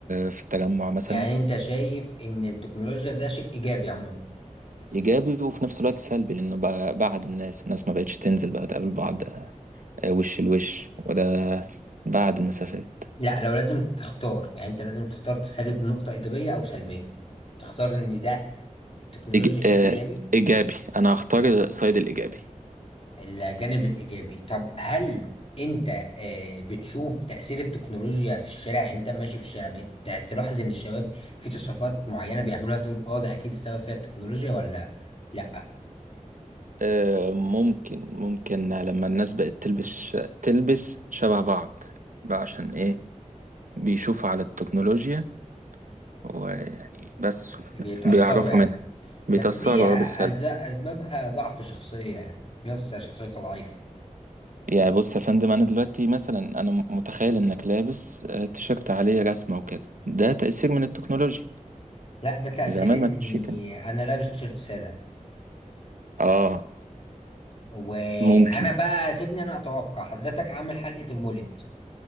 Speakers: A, on the right; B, on the left.
A: في التجمع مثلا
B: يعني انت شايف ان التكنولوجيا ده شيء ايجابي عموما
A: ايجابي وفي نفس الوقت سلبي لانه بقى بعد الناس الناس ما بقتش تنزل بقى تقابل بعض آه، وش لوش وده بعد المسافات
B: لا لو لازم تختار يعني انت لازم تختار تسرد نقطة ايجابية او سلبية تختار ان ده التكنولوجيا
A: إج...
B: شيء
A: آه،
B: ايجابي
A: ماشي إيجابي أنا هختار سايد الإيجابي
B: الجانب الايجابي طب هل انت آه، بتشوف تأثير التكنولوجيا في الشارع يعني انت ماشي في الشارع بقيت ت- تلاحظ ان الشباب في تصرفات معينة بيعملوها تقول اه ده اكيد السبب فيها التكنولوجيا ولا لا
A: آه، ممكن ممكن لما الناس بقت تلبس تلبس شبه بعض بقى عشان إيه بيشوفوا على التكنولوجيا ويعني بس
B: بيتأثروا
A: بيعرفوا
B: يعني
A: منها بيتأثروا
B: بس دي أز-
A: آه، بالسلب
B: اسبابها ضعف شخصية يعني ناس شخصيتها ضعيفة
A: يعني بص يا فندم أنا دلوقتي مثلا أنا م- متخيل إنك لابس آه، تيشيرت عليه رسمة وكده ده تأثير من التكنولوجيا
B: لا ده تأثير
A: زمان
B: اني
A: ما كانش كده
B: انا لابس تيشيرت سادة
A: آه
B: وانا
A: ممكن
B: بقى سيبني انا اتوقع حضرتك عامل حلقة المولد